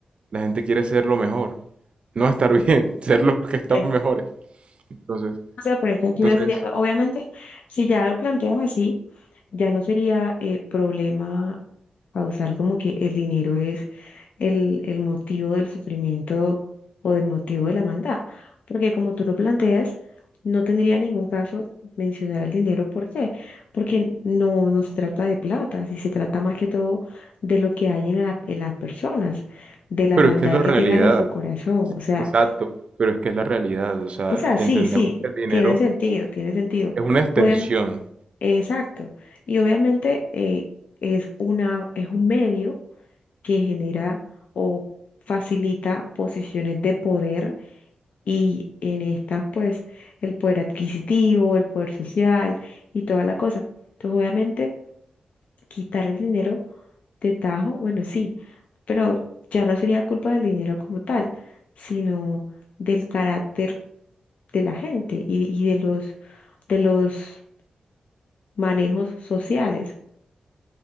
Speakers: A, on the right; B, on the left.
A: La gente quiere ser lo mejor. No estar bien, <laughs> ser los que están
B: <laughs>
A: mejores. Entonces,
B: O sea, pero es que aquí
A: entonces,
B: no sería, obviamente, si ya lo planteas así, ya no sería eh, problema causar como que el dinero es el, el motivo del sufrimiento o del motivo de la maldad. Porque como tú lo planteas, no tendría ningún caso mencionar el dinero. ¿Por qué? Porque no, no se trata de plata, si se trata más que todo de lo que hay en la- en las personas, de la
A: Pero
B: maldad
A: es que es la
B: que
A: realidad.
B: tengan en su corazón. O sea,
A: exacto. Pero es que es la realidad. O sea,
B: o sea,
A: entendemos
B: sí, sí,
A: que el dinero
B: tiene sentido, tiene sentido.
A: es una extensión
B: Obviam- exacto. Y obviamente eh, es una, es un medio que genera o facilita posiciones de poder y en estas pues el poder adquisitivo, el poder social y toda la cosa. Entonces, obviamente, quitar el dinero de tajo, bueno, sí, pero ya no sería culpa del dinero como tal, sino del carácter de la gente y, y de los, de los manejos sociales.